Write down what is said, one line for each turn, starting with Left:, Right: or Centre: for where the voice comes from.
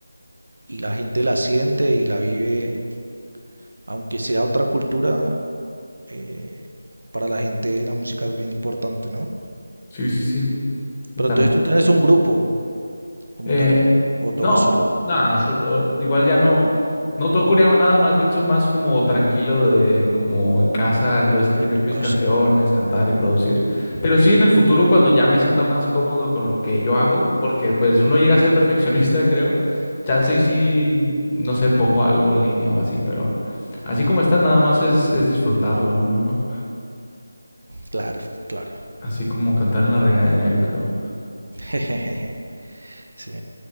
Right: y la gente la siente y la vive, aunque sea otra cultura, eh, para la gente la música es bien importante, ¿no?
Left: Sí, sí, sí.
Right: Pero
Left: Tam-
Right: entonces tú tienes un grupo como
Left: Eh,
Right: tal, o
Left: no,
Right: tocas solo
Left: nada, solo- igual ya no, no toco ni hago nada, más bien soy más como tranquilo de como en casa yo escribir
Right: en tu
Left: mis
Right: casa.
Left: canciones, cantar y producir. Pero sí en el futuro cuando ya me sienta más cómodo con lo que yo hago, porque pues uno llega a ser perfeccionista, <laughs> creo. Chance y sí, mm, no sé, pongo algo en línea o así, pero así como está, nada más es, es disfrutarlo uno, ¿no?
Right: Claro, claro.
Left: Así como cantar en la regadera, yo creo.
Right: <laughs> Sí.